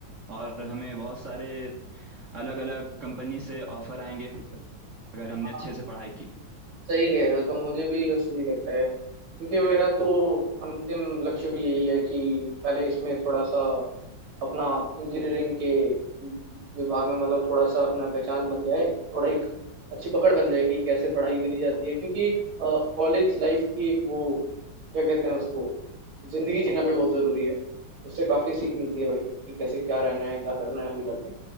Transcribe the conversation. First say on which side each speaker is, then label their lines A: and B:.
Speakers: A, on the right; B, on the right.
A: और हमें बहुत सारे अलग अलग कंपनी से ऑफर आएंगे अगर हमने
B: तक
A: अच्छे से पढ़ाई की
B: सही कह रहे हो तो मुझे भी ऐसे ही लगता है क्योंकि मेरा तो अंतिम लक्ष्य भी यही है कि पहले इसमें थोड़ा सा अपना इंजीनियरिंग के विभाग में मतलब थोड़ा सा अपना पहचान बन जाए थोड़ा एक अच्छी पकड़ बन जाए कि कैसे पढ़ाई करी जाती है क्योंकि एक कॉलेज लाइफ की एक वो क्या कहते हैं उसको जिंदगी जीना भी बहुत जरूरी है उससे काफी सीख मिलती है भाई कि कैसे क्या रहना है क्या करना है आगे जाके